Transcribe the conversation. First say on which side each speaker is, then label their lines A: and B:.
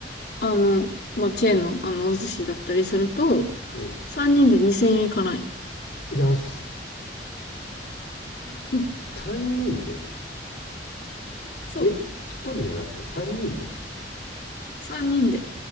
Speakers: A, on the left (about 65°); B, on the left (about 85°).
A: あの、まあ、チェーンの、あの、お寿司だったりすると、
B: うん
A: 三人で2000円いかない。
B: 安っ
A: うん
B: 3人で
A: そう。
B: え一1人じゃなくて3人で
A: 三人で。